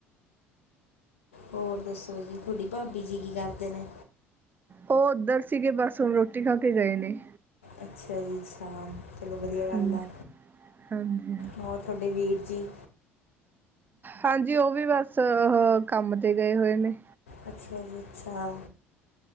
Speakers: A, on the left; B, on the right.
A: ਹੋਰ ਦੱਸੋ ਜੀ, ਤੁਹਾਡੀ ਭਾਬੀ ਜੀ ਕੀ ਕਰਦੇ ਨੇ?
B: ਉਹ ਉੱਧਰ ਸੀਗੇ ਬੱਸ ਹੁਣ ਰੋਟੀ ਖਾ ਕੇ ਗਏ ਨੇ।
A: ਅੱਛਾ ਜੀ ਅੱਛਾ। ਚਲੋ ਵਧੀਆ ਗੱਲ
B: ਹਾਂਜੀ
A: ਆ,
B: ਹਾਂਜੀ
A: ਹੋਰ ਤੁਹਾਡੇ ਵੀਰ ਜੀ।
B: ਹਾਂਜੀ ਉਹ ਵੀ ਬੱਸ, ਅ ਕੰਮ ਤੇ ਗਏ ਹੋਏ ਨੇ।
A: ਅੱਛਾ ਜੀ ਅੱਛਾ।